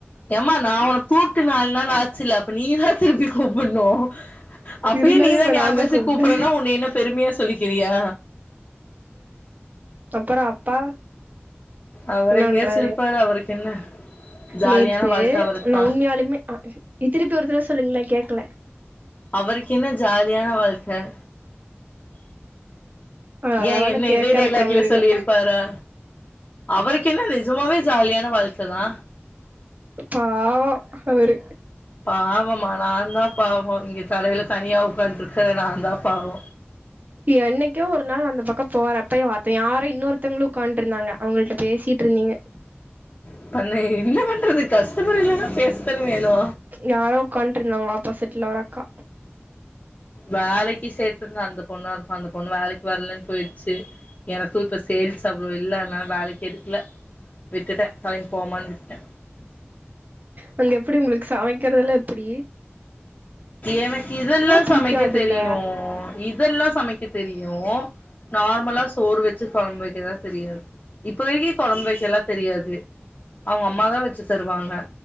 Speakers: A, on the left; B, on the right.
A: ஏம்மா நா ஒனக் கூப்ட்டு நால் நாள் ஆச்சுல்ல அப்ப நீதா திருப்பி கூப்புண்ணு அப்பயே
B: இருந்தாலு
A: நீதா
B: இப்ப
A: ஞாபொ
B: நா தா
A: வச்சு
B: கூப்ட்டே
A: கூப்புட்றன்னா உன்னைய என்ன பெருமையா சொல்லிக் கிறியா
B: அப்பறோ அப் பா
A: அவரு
B: என்ன
A: எங்கயாச்சு
B: பண்றாரு
A: இருப்பாரு அவருக்கு என்ன ஜாலியான
B: நேத்து
A: வாழ்க்க அவருக்குதா
B: நா உண்மையாலுமே அ அ திருப்பி ஒருத்தரவ சொல்லுங்கள கேக் க்ல
A: அவருக்கு என்ன ஜாலியான வாழ்க்க
B: ஆ நல்ல
A: ஏ
B: வேல
A: என்ன
B: கேக்கறக்கு
A: இதே டைலாக்ல
B: அவரு இல்ல
A: சொல்லியிருப்பாரா அவருக்கென்ன சும்மாவே ஜாலியான வாழ்க்கதா
B: பாவொ அவரு
A: பாவமா நாந்தா பாவொ இங்க கடையில தனியா உக்கான்ட்ருக்குற நாந்தா பாவொ
B: என்னைக்கோ ஒரு நாள் அந்த பக்கம் போறப்ப பாத்தே யாரோ இன்னொருத்தவுங்களு உக்காண்ட்ருந்தாங்க அவுங்கள்ட்ட பேசியிட்ருந்தீங்க
A: அப்ப நா என்ன பண்றது கஸ்டமர் இல்லன்னா பேசத்தான வேணு
B: யாரோ உக்காண்ட்ருந்தாங்களா ஆப்போசிட்ல ஒரு அக்கா
A: வேலக்கி சேத் ட்டுங்க அந்த பொண்ணாருக்கு அந்த பொண்ணு வேலைக்கு வர்லன் போயிர்ச்சு எனக்கு இப்ப சேல்ஸ் அவ்ளோ இல்ல அதனால வேலைக்கு எடுக்கல விட்டுட்ட தலைங்க் போமான்னு விட்டுட்டே
B: அங்க எப்படி உங்களுக்கு சமைக்கறதெல்லா எப்புடி
A: எனக்கு இதெல்லா
B: புடிக்காதுல்ல
A: சமைக்க தெரியு இதெல்லாஸ் சமைக்க தெரியு நார்மலா சோறு வச்சு கொழம்பு வைக்கதா தெரியாது இப்ப வரைக்கு கொழம்பு வைக்கலா தெரியாது அவங்க அம்மாதா வச்சு தருவாங்க